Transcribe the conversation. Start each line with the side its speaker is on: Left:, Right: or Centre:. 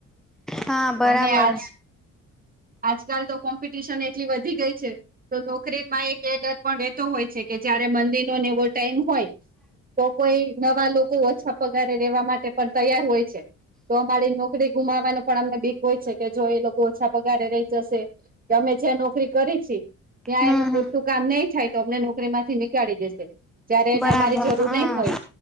Centre: હા બરાબર
Right: અને આજ આજકાલ તો કોમ્પિટિશન એટલી વધી ગઈ છે. તો નોકરીમાં એક એ ડર પણ રહેતો હોય છે કે, જયારે મંદીનોને એવો ટાઈમ હોય. તો કોઈ નવા લોકો ઓછા પગારે રેવા માટે, પણ તૈયાર હોય છે. તો અમારી નોકરી ગુમાવવાનું, પણ અમને બીક હોય છે કે જો એ લોકો ઓછા પગારે રહી જશે કે, અમે જ્યાં નોકરી કરી છી, ત્યાં
Centre: હમ
Right: એનું પૂરતું
Centre: હમ
Right: કામ નહી થાય. તો અમને નોકરીમાંથી નીકાળી દેશે. જયારે
Centre: બરાબર
Right: એને અમારી જરૂર
Centre: હા
Right: નહી હોય